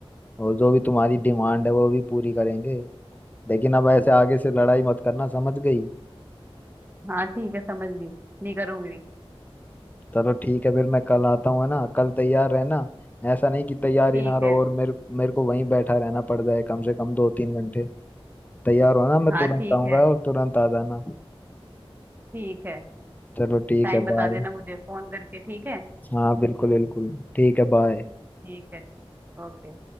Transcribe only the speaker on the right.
हाँ ठीक है समझ गई नहीं करूंगी
ठीक
है
हाँ
ठीक
है
ठीक है
टाइम
बता
देना मुझे फोन करके ठीक है
ठीक है ओके